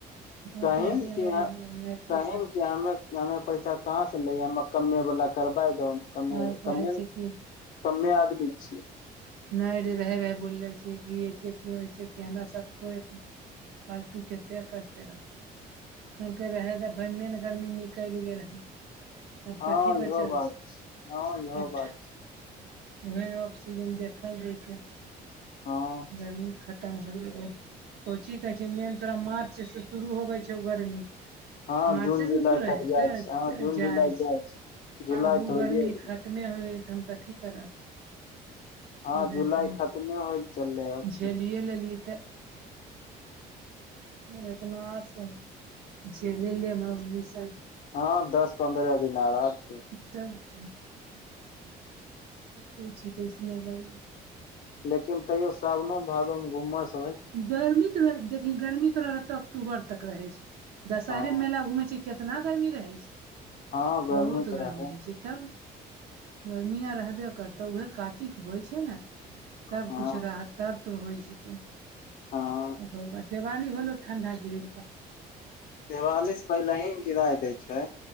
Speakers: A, on the right; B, on the left.
A: हम
B: कही
A: कह अभी
B: ने
A: हमरा
B: कि
A: नहि
B: हम
A: पैसा
B: कही ने कि हम्मे हम्मे पैसा कहाँ से लिये हम्मे कमे बला करबाय दहो हम कमे,
A: आर कहै
B: कमे
A: छै
B: ने
A: कि
B: कमे आदमी छी।
A: नै रे रहै-रहै बोलले छै कि ऐसे क्यूं ऐसे कि हमरा साथ कोय अथी फालतू कते करते रह हुनके रहै के भैर मेन गर्मी निकैल गेल हय। आब
B: हँ
A: कथी बचल
B: इहो बात
A: छै,
B: हँ इहो
A: आब
B: बात
A: ठ
B: छै
A: उहे रोप सीजन देखल जेतै।
B: हँ
A: गर्मी खतम हो गेलै, कोची कहै छी मेन तोरा मार्च से शुरू होबै छै ओ गरमी,
B: हँ
A: मार्चे
B: जून जुलाई
A: से ने शुरू हय
B: तक
A: हेतै
B: जाइ छै हँ
A: ज-जाय
B: जून जुलाई
A: छै।
B: जाइ
A: <unintelligible>
B: जुलाई
A: उ
B: तऽ होइये
A: गर्मी
B: गेलै
A: खतमे होय गेल तऽ हम कथी करब।
B: हां
A: उहे
B: जुलाय
A: सब
B: खतमे होय चललै अब
A: झेलिये
B: की
A: लेलि तऽ और एतना से झेली लेबा ओहि से।
B: हां दस-पन्द्रअ दिन आर अब।
A: तब की। एते छिये ते ए सी लगाबै छी।
B: लेकिन तैयो सावनो, भादो मे गुमस
A: गर्मी त देखही गर्मी तोरा अक्टूबर तक रहे छै दशहरे
B: हँ
A: मेला घूमे छै। केितना गर्मी रहै छै,
B: हँ
A: बहुत
B: तऽ
A: गर्मी
B: रहलै
A: रहै छै। तब, गर्मिया रहबे करतै। तऽ उहे कातिक होइ छै ने तब
B: हँ
A: कुछु रह तब तो होइ जतौ।
B: हँ।
A: ओकर बाद दिवाली भेलौ ठण्डा गिरै
B: दिवाली से पहिले ही गिराय दै छै।